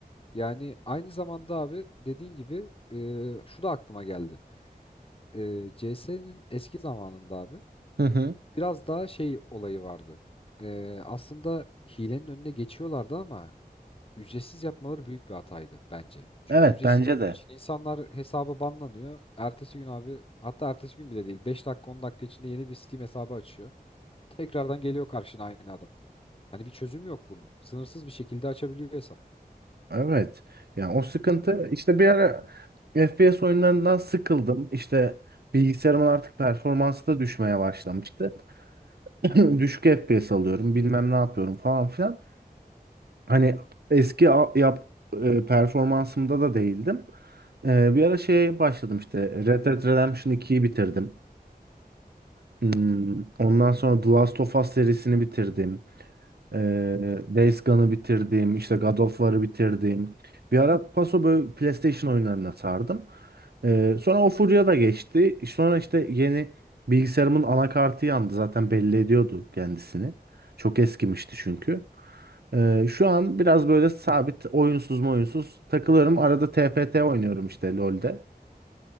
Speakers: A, on the left (about 35°); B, on the right (about 75°).
A: Yani aynı zamanda abi dediğin gibi e, şu da aklıma geldi. E, CS'nin eski zamanında abi
B: Hı hı.
A: biraz daha şey olayı vardı. E, aslında hilenin önüne geçiyorlardı ama ücretsiz yapmaları büyük bir hataydı bence. Çünkü
B: Evet
A: ücretsiz
B: bence
A: olduğu
B: de.
A: için insanlar hesaba banlanıyor. Ertesi gün abi hatta ertesi gün bile değil 5 dakika 10 dakika içinde yeni bir Steam hesabı açıyor. Tekrardan geliyor karşına aynı adam. Hani bir çözüm yok bunun. Sınırsız bir şekilde açabiliyor hesap.
B: Evet. Yani o sıkıntı işte bir ara FPS oyunlarından sıkıldım. İşte bilgisayarımın artık performansı da düşmeye başlamıştı. <clears throat> Düşük FPS alıyorum, bilmem ne yapıyorum falan filan. Hani eski a- yap e, performansımda da değildim. E, bir ara şeye başladım işte Red Dead Redemption 2'yi bitirdim. Hmm, ondan sonra The Last of Us serisini bitirdim. Ee, Days Gone'ı bitirdim. işte God of War'ı bitirdim. Bir ara paso böyle PlayStation oyunlarına sardım. Ee, sonra o furya da geçti. Sonra işte yeni bilgisayarımın anakartı yandı. Zaten belli ediyordu kendisini. Çok eskimişti çünkü. Ee, şu an biraz böyle sabit oyunsuz mu oyunsuz takılıyorum. Arada TFT oynuyorum işte LoL'de.